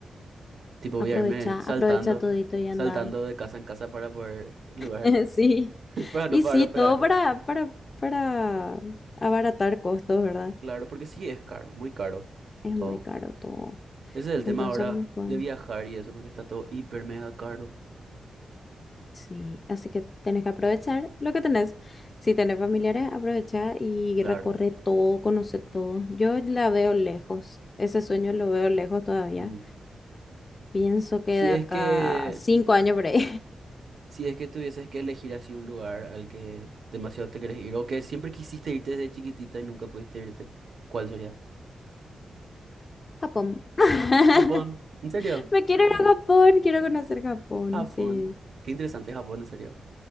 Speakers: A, on the right; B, on the left.
A: Tipo, voy
B: Aprovecha,
A: a irme saltando,
B: aprovecha todito y anda.
A: saltando de casa en casa para poder lugar,
B: <laughs> Sí,
A: <laughs> para
B: y
A: no pagar
B: sí,
A: hospedaje.
B: todo para, para, para abaratar costos, ¿verdad?
A: Claro, porque sí es caro, muy caro
B: Es
A: todo.
B: muy caro todo,
A: Ese es el tema
B: entonces
A: ahora
B: mejor.
A: de viajar y eso, porque está todo hiper mega caro.
B: Sí, así que tenés que aprovechar lo que tenés. Si tenés familiares, aprovecha y
A: Claro.
B: recorre todo, conoce todo. Yo la veo lejos, ese sueño lo veo lejos todavía.
A: Mm.
B: Pienso que
A: Si
B: de acá
A: es que,
B: a cinco años por ahí.
A: si es que tuvieses que elegir así un lugar al que demasiado te querés ir, o que siempre quisiste irte desde chiquitita y nunca pudiste irte, ¿cuál sería?
B: <laughs> Japón. <laughs>
A: Japón, ¿en serio?
B: Me quiero ir a Japón, quiero conocer Japón,
A: Japón.
B: sí.
A: Qué interesante Japón, en serio.